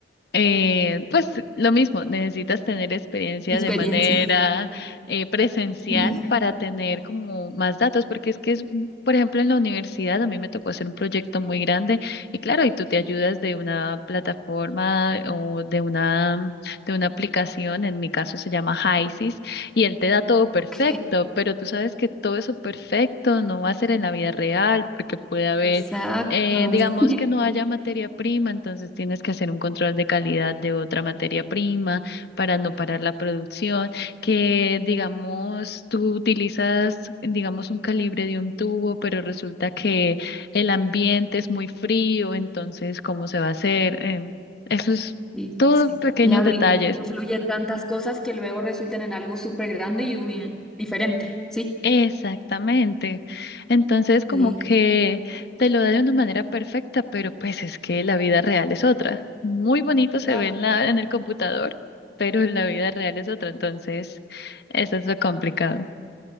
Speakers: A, on the left; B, in the centre.
A: eh, pues lo mismo, necesitas tener experiencia
B: experiencia?
A: de manera eh, presencial
B: Sí,
A: para tener como más datos, porque es que es, un- por ejemplo, en la universidad a mí me tocó hacer un proyecto muy grande y claro, y tú te ayudas de una plataforma o de una de una aplicación, en mi caso se llama Hisis, y él te da todo perfecto,
B: ok,
A: pero tú sabes que todo eso perfecto no va a ser en la vida real, porque puede haber
B: exacto.
A: eh, digamos
B: <laughs>
A: que no haya materia prima, entonces tienes que hacer un control de calidad de otra materia prima para no parar la producción, que digamos tú utilizas, digamos, un calibre de un tubo, pero resulta que el ambiente es muy frío, entonces, ¿cómo se va a hacer? Em, eso es
B: Sí,
A: todo
B: sí, sí.
A: pequeños
B: Claro,
A: detalles.
B: l- influye tantas cosas que luego resultan en algo súper grande y uy, diferente, ¿sí?
A: Exactamente. Entonces, como
B: Sí,
A: que te lo da de una manera perfecta, pero pues es que la vida real es otra. Muy bonito se
B: claro.
A: ve en la, en el computador, pero la vida real es otra. Entonces, eso es lo complicado.